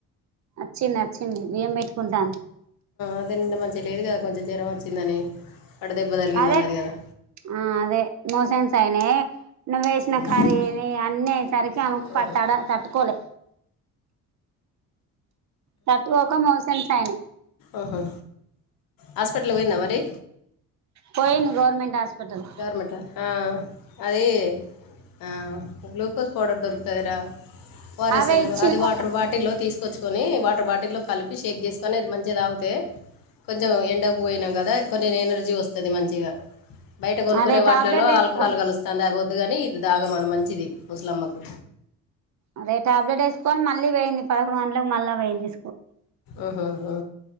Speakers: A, on the right (about 50°); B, on the left (about 70°).
A: వచ్చింది వచ్చింది బియ్యం పెట్టుకుంటాంది
B: అదండి మంచిగా లేదు కదా కొంచెం జ్వరం వచ్చిందని వడదెబ్బ తలిగింది
A: అదే
B: అన్నది కదా
A: ఆ అదే మోషన్స్ అయినాయ్ నువ్వు వేసిన
B: ఉహు.
A: కర్రీ అన్నీసరి చాలా పడతాడా
B: ఉహు.
A: తట్టుకోలే తట్టుకోక మోషన్స్ అయినాయి
B: ఆహా హాస్పిటల్లకి పోయిందా మరి
A: పోయింది గవర్నమెంట్ హాస్పిటల్
B: మట ఆ అది ఆ గ్లూకోజ్ పౌడర్ దొరుకుతాదిరా ఓ ఆర్
A: అదే
B: ఎస్ సెలువు
A: ఇచ్చిల్లట
B: అది వాటర్ బాటిల్లో తీసుకొచ్చ తీసుకొని వాటర్ బాటిల్లో కలిపి షేక్ చేసుకొని అది మంచిగా తాగుతే కొంచెం ఎండకపోయినాం కదా కొన్ని ఎనర్జీ వస్తుంది మంచిగా బయట కొనుక్కునే
A: అదే
B: వాటిలలో
A: టాబ్లెట్లు వేసుకొని
B: ఆల్కహాల్ కలుస్తాంది అదిపోద్దుగాని ఇది దాగమన మంచిది ముుసలమ్మకు
A: అదే టాబ్లెట్ వేసుకొని మళ్ళీ వేయింది పదకొండు గంటలకు మల్లీ వేయింది
B: ఆహా హా